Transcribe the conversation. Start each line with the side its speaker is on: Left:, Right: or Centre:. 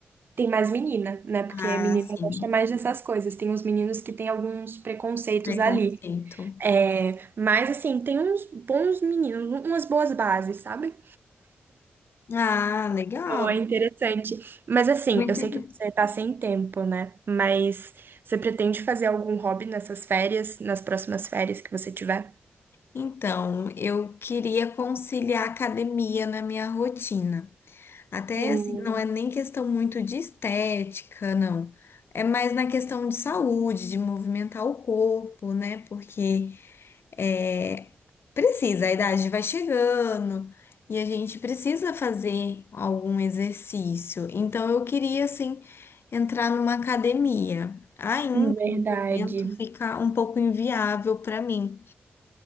Right: Tem mais menina, né? Porque
Left: Ah,
Right: menina
Left: sim.
Right: gosta mais dessas coisas. Tem uns meninos que têm alguns preconceitos
Left: Preconceito.
Right: ali. É, mas, assim, tem uns bons meninos, umas boas bases, sabe?
Left: Ah, legal.
Right: Boa, interessante. Mas assim,
Left: Muito
Right: eu sei
Left: inte-
Right: que você tá sem tempo, né? Mas você pretende fazer algum hobby nessas férias, nas próximas férias que você tiver?
Left: Então, eu queria conciliar a academia na minha rotina. Até
Right: Hum,
Left: assim, não é nem questão muito de estética, não. É mais na questão de saúde, de movimentar o corpo, né? Porque É, precisa, a idade vai chegando e a gente precisa fazer algum exercício. Então eu queria assim entrar numa academia. Ainda
Right: verdade.
Left: no momento fica um pouco inviável para mim